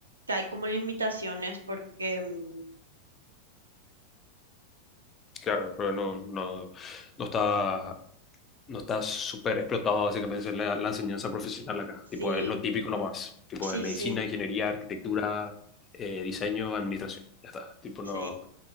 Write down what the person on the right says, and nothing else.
que hay como limitaciones porque mm,
sí,
sí,
sí,
sí.